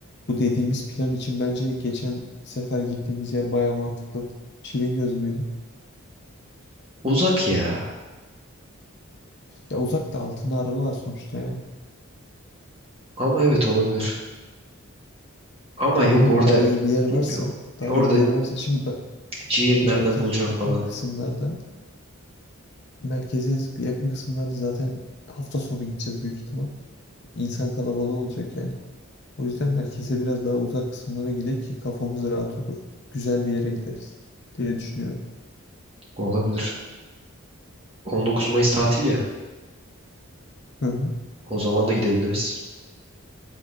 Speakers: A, on the left; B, on the right.
A: bu dediğimiz plan için bence geçen sefer gittiğimiz yer baya mantıklı. Çilingöz müydü?
B: Uzak ya.
A: Ya uzakta altında araba var sonuçta yani.
B: Ama evet olabilir. Ama
A: Ha
B: yok
A: bilmiyorum
B: orada
A: daha iyi bir yer varsa
B: bilmiyorum.
A: daha
B: Orada
A: iyi bir yer varsa şimdi bak
B: ciğeri
A: merkeze
B: nereden bulacağım
A: yakın
B: falan.
A: kısımlarda merkeze yakın kısımlarda zaten hafta sonu gideceğiz büyük ihtimal. İnsan kalabalığı olacak yani. O yüzden merkeze biraz daha uzak kısımlara gidelim ki kafamız rahat olur. Güzel bir yere gideriz diye düşünüyorum.
B: Olabilir. 19 Mayıs tatil ya.
A: Hı hı.
B: O zaman da gidebiliriz.